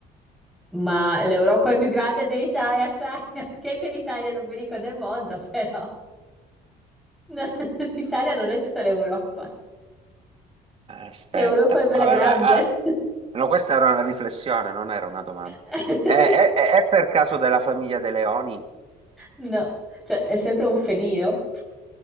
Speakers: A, in the centre; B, on the right.
A: Ma l'Europa è più grande dell'Italia, sai? <laughs> Che è che l'Italia è l'ombelico del mondo, però. No, <laughs> l'Italia non è tutta l'Europa.
B: Aspetta,
A: L'Europa è bella
B: vabbè,
A: grande.
B: va- ah, no, questa era una riflessione, non era una domanda.
A: <laughs>
B: È, è- è- è per caso della famiglia dei leoni?
A: No, cioè è sempre un felino.